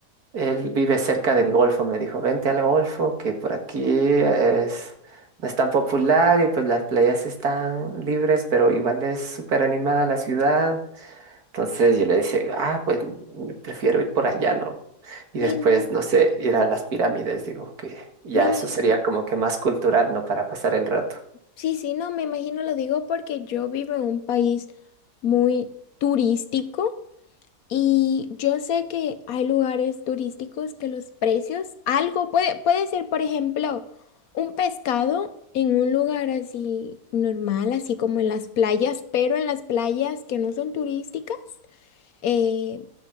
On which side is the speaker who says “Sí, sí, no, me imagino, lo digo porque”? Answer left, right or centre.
Left